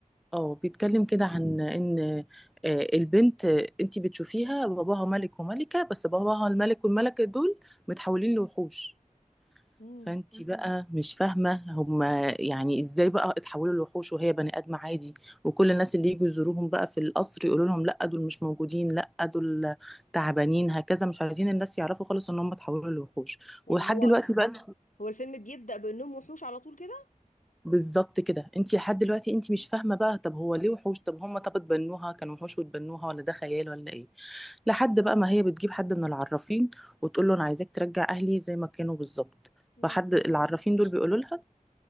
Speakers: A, in the centre; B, on the left (about 65°).
A: اه بيتكلم كده عن ان آه، البنت انتي بتشوفيها باباها ملك وملكة بس باباها الملك والملكة دول متحولين لوحوش
B: امم
A: فانتي مم. بقى مش فاهمة هما يعني ازاي بقى اتحولوا لوحوش وهي بني ادم عادي وكل الناس اللي يجوا يزوروهم بقى في القصر يقولوا لهم لا دول مش موجودين لا دول تعبانين هكذا مش عايزين الناس يعرفوا خالص ان هم اتحولوا لوحوش
B: يعني
A: ولحد
B: هو
A: دلوقتي بقى
B: هو الفيلم بيبدا بانهم وحوش على طول كده
A: بالظبط كده انت لحد دلوقتي انت مش فاهمه بقى طب هو ليه وحوش طب هم طب اتبنوها كانوا وحوش واتبنوها ولا ده خيال ولا ايه لحد بقى ما هي بتجيب حد من العرافين وتقول له انا عايزاك ترجع اهلي زي ما كانوا بالظبط
B: امم
A: فحد العرافين دول بيقولوا لها